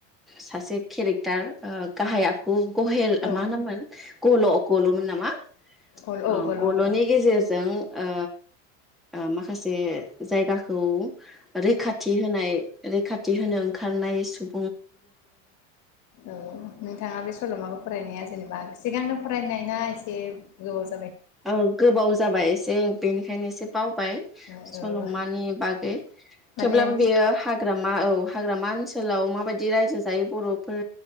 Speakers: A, in the centre; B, on the left.
A: सासे केरेक्टार ओ गाहाय आखु कहेल
B: औ
A: मा नाममोन? ग'लख गल'मोन नामा?
B: औ गल
A: अ
B: औ गल'
A: गल'नि
B: गल'
A: गेजेरजों ओ ओ माखासे जायगाखौ रैखाथि होनाय रैखाथि होनो ओंखारनाय सुब
B: औ नोंथाङा बे सल'माखौ फरायनाया जेनेबा सिगांनो फरायनाय ना एसे ज <unintelligible>
A: औ गोबाव जाबाय एसे बेनिखायनो एसे बाव बाय
B: फरायनाय
A: सल'मानि
B: औ
A: बागै
B: माने
A: थेवब्लाबो बेयो हाग्रामा औ हाग्रामा ओनस सोलाव माबायदि रायजो जायो बर'फोर